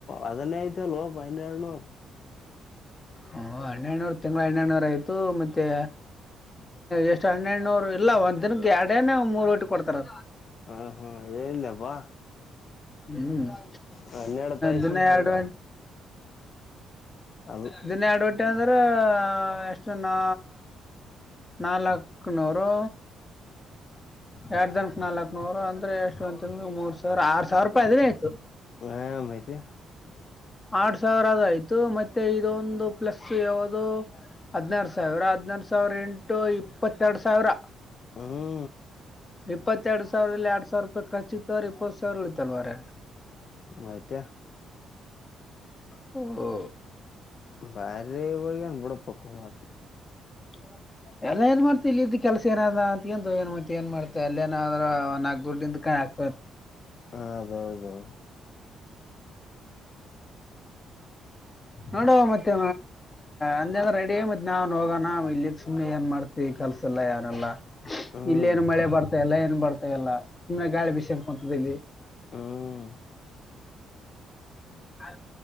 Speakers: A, on the left; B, on the left.
A: ಅದನ್ನೇ ಆಯ್ತ ಅಲ್ವ ಹಿನ ಎರಡ್ನೂರ್
B: ಓ ಹನ್ನೆನೂರು ತಿಂಗಳ ಹನ್ನೆಡುನೂರ ಆಯ್ತು ಮತ್ತೆ ಎಷ್ಟು ಹೆನೂರು ಇಲ್ಲ ಒಂದ್ ದಿನ ಎರಡನ ಒ ಮೂರು ರೋಟಿ ಕೊಡ್ತಾರ
A: ಹ ಹಾ ಹೇಳಿಲ್ಲಬಾ
B: ಹ್ಞೂ
A: ಹ ನಡ್ತಾಯಿಸಿ
B: ದಿನ ಎರಡು
A: ಅ ಅಲ್
B: ಇದನ್ನೇ ಅಡವಟ್ಟೆ ಅಂದ್ರೆ ಎಷ್ಟು ನಾ ನಾಲ್ಕುನೂರು ಎರಡ್ ತನಕ್ ನಾಲ್ಕ್ ನೂರು ಅಂದ್ರೆ ಎಷ್ಟು ಒಂತ ಮೂರ್ ಸಾವಿರ ಆರ್ ಸಾವಿರ ರೂಪಾಯಿ ಅದಿನ ಆಯ್ತು
A: ಹಾ ಮಾಹತಿ
B: ಆಡ್ ಸಾವಿರ ಆದ ಆಯ್ತು ಮತ್ತೆ ಇದೊಂದು ಪ್ಲಸ್ ಯಾಾವದು ಹದ್ಿನಾರು ಸಾವಿರ ಹದ್ಿನಾರು ಸಾವಿರ ಎಂಟು ಇಪ್ಪತ್ತೆರಡು ಸಾವಿರ
A: ಹ
B: ಇಪ್ಪತ್ತೆರಡು ಸಾವಿರದಲ್ಲಿ ಎರಡ್ ಸಾವಿರೂಪಾಯ ಖರ್ಚು ಇತವ್ರ ಇಪ್ಪತ್ ಸಾವಿರ ಉಳಿತಲ್ವರ
A: ವತಾ
B: ಹ್ಮ
A: ಬಾರಿ ಒೋಗ್ಯನ್ ಬುಡ ಪಕ್ಕ ಅವಾರ
B: ಹ್ಮ ಎಲ್ಲ ಏನ್ ಮಾಡ್ತತಿ ಇ ಇದ ಕೆಲಸ ಏನಾದ ಅಂತಕಂತ ಏನ್ ಏನ್ ಮಾಡ್ತ ಅಲ್ಲೇನಾದ್ರ ನಾಕ್ ದುಡ್ಡಿಂದ ಕ ಆಗ್ತ
A: ಅದೌದು
B: ನೋಡುವ ಮತ್ತೆ ಅಂದೆಂದ ರೆಡಿ ಮತ್ತೆ ನಾನ್ ಹೋಗೋಣ ಇಲ್ಲಿ ಸುಮ್ಮನೆ ಏನ್ ಮಾಡ್ತೀವಿ ಕೆಲ್ಸ ಎಲ್ಲ ಯನೆಲ್ಲಾ
A: ಹ್ಮ್
B: ಇಲ್ಲ ಏನು ಮಳೆ ಬರ್ತ ಎಲ್ಲ ಏನ್ ಬರ್ತಾ ಎಲ್ಲ ನಿಮ್ಮ ಗಾಳಿ ಬಿಸಿೆಂಪ ಅಂತ ಇಲ್ಲಿ
A: ಹ್ಮ್
B: ಅ